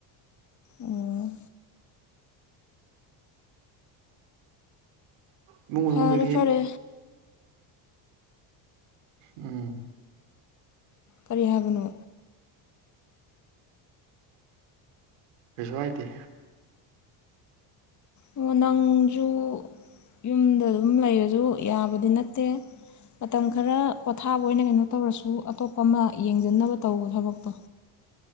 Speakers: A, on the left; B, on the right.
A: ꯑꯣ
B: ꯏꯃꯨꯡ ꯃꯅꯨꯡꯗꯒꯤ
A: ꯐꯔꯦ ꯐꯔꯦ
B: ꯎꯝ
A: ꯀꯔꯤ ꯍꯥꯏꯕꯅꯣ
B: ꯀꯩꯁꯨ ꯍꯥꯏꯗꯦ
A: ꯑꯣ ꯅꯪꯁꯨ ꯌꯨꯝꯗ ꯑꯗꯨꯝ ꯂꯩꯔꯁꯨ ꯌꯥꯕꯗꯤ ꯅꯠꯇꯦ ꯃꯇꯝ ꯈꯔ ꯄꯣꯊꯥꯕ ꯑꯣꯏꯅ ꯀꯩꯅꯣ ꯇꯧꯔꯁꯨ ꯑꯇꯣꯞꯄ ꯑꯃ ꯌꯦꯡꯖꯟꯅꯕ ꯇꯧꯋꯣ ꯊꯕꯛꯇꯣ